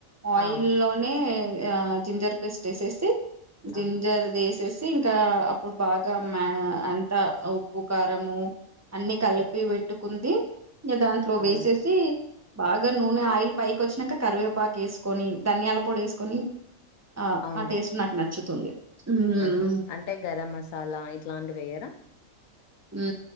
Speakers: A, on the right (about 20°); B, on the left (about 75°).
A: ఆయిల్
B: ఆ
A: లోనే ఆ జింజర్ పేస్ట్ వేసేసి జింజర్ది
B: ఆహా
A: ఏసేసి సి ఇంకా అప్పుడు బాగా మా అంతా ఉప్పు కారము అన్ని కలిపి పెట్టుకుంది ఇంగ దాంట్లో
B: అవునులే
A: వేసేసి బాగా నూనె ఆయిల్ పైకోచ్చినాక కరివేపాక్ వేసుకొని ధనియాల పొడి వేసుకొని ఆ
B: అవును
A: ఆ టేస్ట్ నాకు నచ్చుతుంది ఉమ్
B: ఆహా అంటే గరం మసాలా ఇట్లాంటివెయ్యిరా
A: ఉ